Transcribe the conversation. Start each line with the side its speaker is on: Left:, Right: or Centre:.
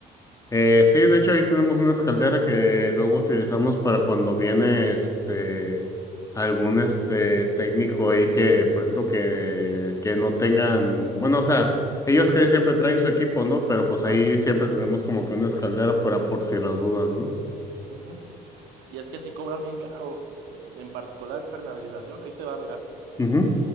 Left: Eh, sí, de hecho ahí tenemos una escaldera que luego utilizamos para cuando viene este algún este técnico ahí que, por ejemplo, que, que no tengan, bueno, o sea, ellos que siempre traen su equipo, ¿no? Pero pues
Right: Claro.
Left: ahí siempre tenemos como que una escaldera para por si las dudas, no
Right: Ujú. Y es que sí cobran bien caro, en particular impermeabilización. Ahí te va, mira.
Left: Ujú.